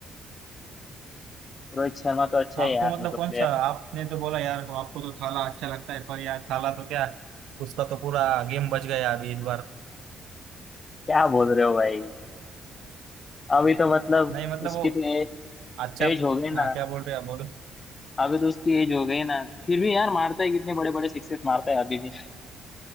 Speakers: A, on the left; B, on the right.
A: रोहित शर्मा तो अच्छा
B: आपको
A: है यार
B: मतलब
A: मतलब
B: कौन
A: प्लेयर
B: सा आपने तो बोला यार वो आपको तो थाला अच्छा लगता है पर यार थाला तो क्या उसका तो पूरा गेम बच गया अभी इस बार
A: क्या बोल रहे हो भाई अभी तो मतलब
B: नहीं मतलब
A: उसकी
B: वो
A: तो
B: अच्छा
A: एज हो गई ना
B: हाँ क्या बोल रहे हैं आप बोलो
A: अभी तो उसकी एज हो गई ना फिर भी यार मारता है कितने बड़े बड़े सिक्सेस मारता है अभी भी